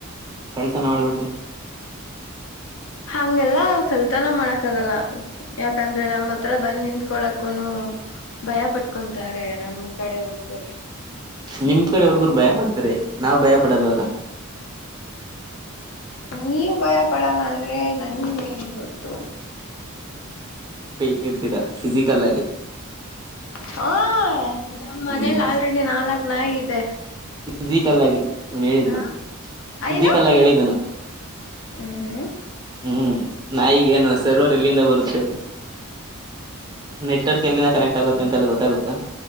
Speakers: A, on the right (about 20°); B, on the left (about 65°).
A: ಕಳ್ತನ ಮಾಡ್ಬಿಟ್ರಿ
B: ಹಂಗೆಲ್ಲ ಕಲ್ತನ ಮಾಡಕ್ ಆಗಲ್ಲ ಯಾಕಂದ್ರೆ ನಮ್ಮ್ ಹತ್ರ ಬಂದ್ ನಿಂಕೊಳಕುನು ಭಯ ಪಟ್ಕೊಂತಾರೆ ನಮ್ ಕಡೆ ಹುಡ್ಗರು
A: ನಿಮ್ ಕಡೆ ಹುಡ್ಗರು ಭಯ ಪಡ್ತಾರೆ ನಾವ್ ಭಯ ಪಡಲ್ವಲ್ಲ
B: ನೀವು ಭಯ ಪಡಲ್ಲ ಅಂದ್ರೆ ನನ್ನ್ ಗೊತ್ತು
A: ರ್ತೀರಾ ಫಿಸಿಕಲ್ ಆಗಿ
B: ಹ ನಮ ಮನೇಲಿ
A: ಹ್ಮ್
B: ಆಲ್ರೆಡಿ ನಾಲ್ಕ್ ನಾಯಿ ಇದೆ
A: ಫಿಿಸಿಕಲ್ ಆಗಿ ನನ್ ಹೇಳಿದ್ದು
B: ಹ
A: ಫಿಸಿಕಲ್
B: ಏನು
A: ಆಗಿ ಹೇಳಿದ್ದಾನು
B: ಹ್ಮ್ ಹ್ಮ್
A: ಹ್ಮ್ ನಾಯಿಗೇಏನು ಸರ್ವರ್ ಎಲ್ಲಿಂದ ಬರುತ್ತೆ ನೆಟ್ವರ್ಕ್ ಎಲ್ಲಿಂದ ಕನೆಕ್ಟ್ ಆಗುತ್ತೆ ಅಂತೆಲ್ಲ ಗೊತ್ತಾಗುತ್ತಾ